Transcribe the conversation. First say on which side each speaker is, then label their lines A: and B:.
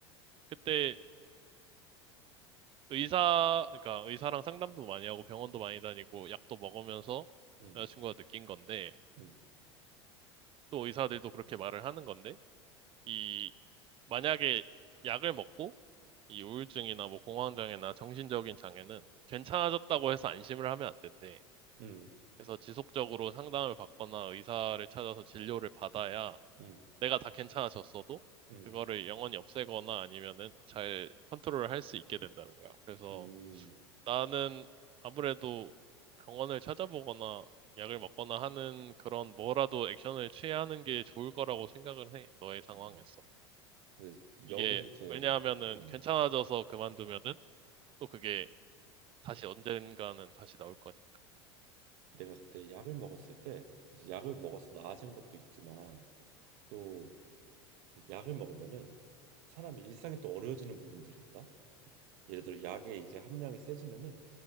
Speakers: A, on the right; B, on the right.
A: 그때 의사, 그러니까 의사랑 상담도 많이 하고 병원도 많이 다니고 약도 먹으면서
B: 음,
A: 여자친구가 느낀 건데
B: 음,
A: 또 의사들도 그렇게 말을 하는 건데 이 만약에 약을 먹고 이 우울증이나 뭐 공황장애나 정신적인 장애는 괜찮아졌다고 해서 안심을 하면 안 된대.
B: 음,
A: 그래서 지속적으로 상담을 받거나 의사를 찾아서 진료를 받아야
B: 음,
A: 내가 다 괜찮아졌어도
B: 음.
A: 그거를 영원히 없애거나 아니면은 잘 컨트롤을 할 수 있게 된다는 거야. 그래서
B: 음,
A: 나는 아무래도 병원을 찾아보거나 약을 먹거나 하는 그런 뭐라도 액션을 취해야 하는 게 좋을 거라고 생각을 해. 너의 상황에서.
B: 음. 근데
A: 이게
B: 여기서 이제
A: 왜냐하면은
B: 음,
A: 괜찮아져서 그만두면은 또 그게 다시 언젠가는 다시 나올 거니까.
B: 내가 그때 약을 먹었을 때 이제 약을 먹어서 나아진 것도 있지만 또그 약을 먹으면은 사람이 일상이 또 어려워지는 부분들이 있다. 예를 들어 약의 이제 함량이 세지면은